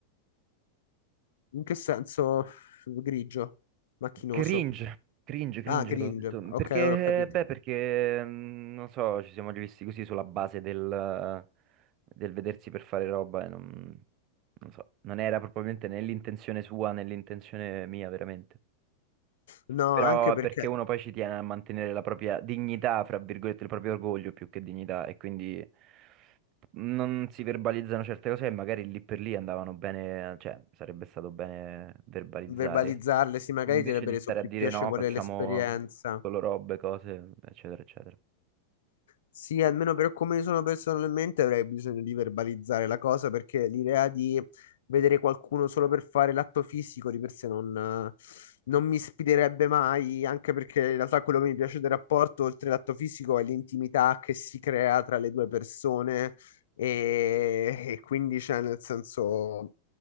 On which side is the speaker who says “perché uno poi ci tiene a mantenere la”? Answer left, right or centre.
Right